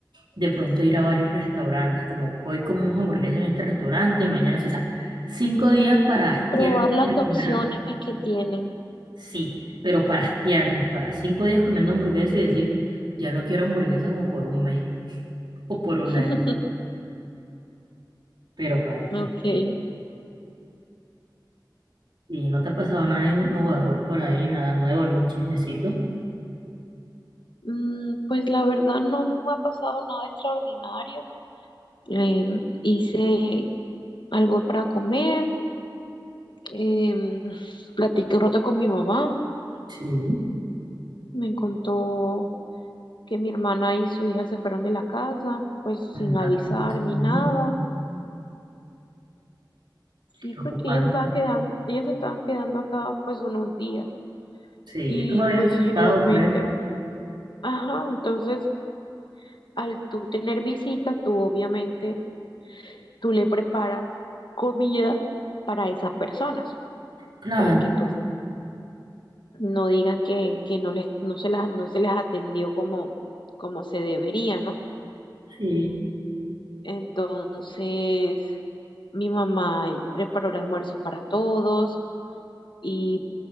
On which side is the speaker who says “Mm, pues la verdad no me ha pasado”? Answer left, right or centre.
Left